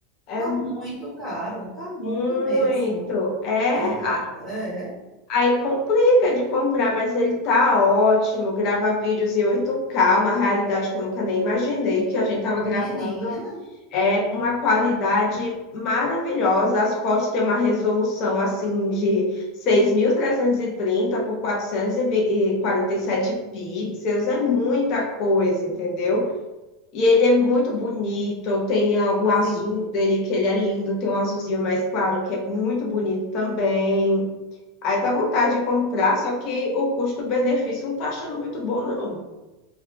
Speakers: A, on the left; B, in the centre.
A: é
B: tá muito caro. Tá muito
A: muito.
B: mesmo.
A: É,
B: Quem, ah,
A: a-
B: é,
A: Aí complica de comprar, mas ele tá ótimo. Grava vídeos em oito k uma realidade que eu nunca nem imaginei que a gente tava gravando.
B: menina,
A: É uma qualidade maravilhosa. As fotos têm uma resolução assim de 6.330 por quatrocentos e e quarenta e sete pixels. É muita coisa, entendeu? E ele é muito bonito. Tem ah, o azul
B: sim.
A: dele, que ele é lindo. Tem um azulzinho mais claro, que é muito bonito também. Aí dá vontade de comprar, só que o custo-benefício não tá achando muito bom, não.